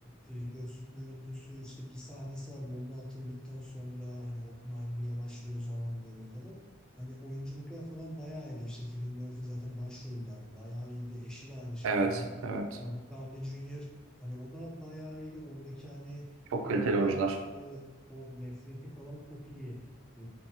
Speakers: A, in the centre; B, on the right.
A: e, gö- görüntüsü işte bir sahnesi var bomba atıldıktan sonra hani Oppenheimer yavaşlıyor zaman böyle falan. Hani oyunculuklar falan bayağı iyiydi. İşte Cillian Murphy zaten başroldü. Hani bayağı iyiydi. Eşi de aynı şekilde.
B: Evet, evet.
A: Robert Downey Jr. Hani o da bayağı iyiydi. Oradaki hani
B: Çok
A: geride
B: kaliteli
A: kalmışlığı,
B: oyuncular.
A: o nefreti falan çok iyi e,